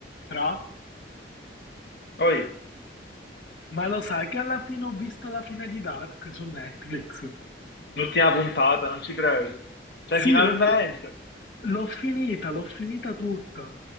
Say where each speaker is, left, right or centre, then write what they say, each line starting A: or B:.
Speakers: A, on the left; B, on the left.
A: Fra?
B: Poi,
A: Ma lo sai che alla fine ho visto la fine di Dark su Netflix?
B: l'ultima puntata, non ci credo. Cioè,
A: Sì,
B: finalmente.
A: l'ho f- l'ho finita, l'ho finita tutta.